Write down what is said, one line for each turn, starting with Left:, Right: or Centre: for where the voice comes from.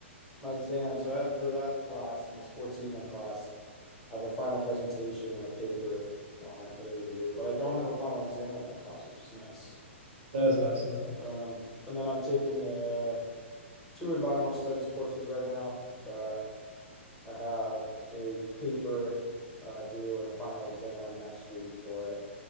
Centre: my exam. So I have for that class, my sports econ class, I have a final presentation and a paper on it that I need to do, but I don't have a final exam in that class, which is nice.
Right: That is nice, though.
Centre: Um, and then I'm taking uh, two environmental studies courses right now that I have a paper uh, due and a final exam next week for it.